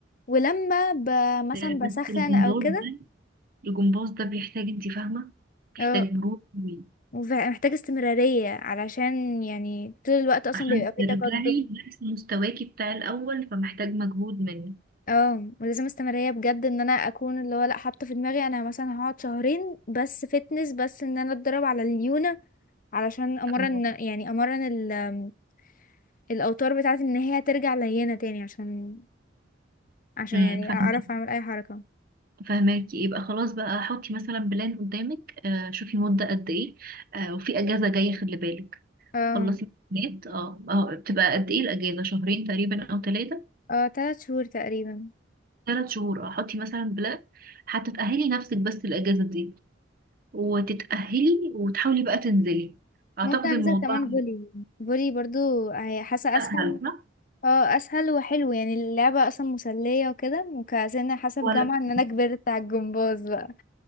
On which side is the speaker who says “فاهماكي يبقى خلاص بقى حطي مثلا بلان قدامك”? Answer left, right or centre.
Right